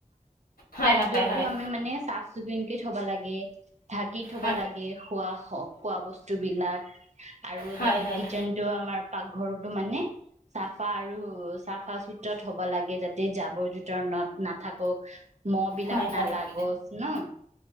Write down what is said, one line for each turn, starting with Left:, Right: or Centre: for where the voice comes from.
Right: -
Left: হয়
Right: খাদ্যটো
Left: হয় হয়
Right: আমি মানে চাফ চিকুণকে থব লাগে, ঢাকি থব
Left: হয়
Right: লাগে খোৱা- খোৱা বস্তু বিলাক আৰু
Left: হয় হয়
Right: যাতে কিটচেনটো
Left: হয়
Right: আমাৰ পাকঘৰটো মানে- চাফা আৰু চাফা চুত্ৰত হ'ব লাগে যাতে জাৱৰ জোথৰ নাথাকক। মহ বিলাক
Left: হয় হয় হয়
Right: নালাগক ন।